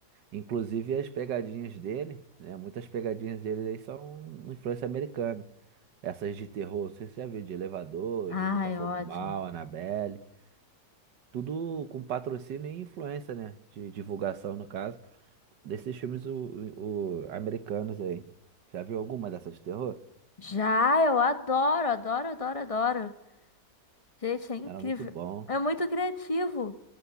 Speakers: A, on the right; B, on the left.
A: Inclusive as pegadinhas dele, né? Muitas pegadinhas dele aí são influência americana. Essas de terror, não sei se você já viu, de Elevador,
B: Ai,
A: de Invocação
B: ótimo.
A: do Mal, Annabelle. Tudo com patrocínio e influência, né? De divulgação, no caso, desses filmes o, o- americanos aí. Já viu alguma dessas de terror?
B: Já, eu adoro, adoro, adoro, adoro. Gente, é incrível.
A: Era muito bom.
B: É muito criativo.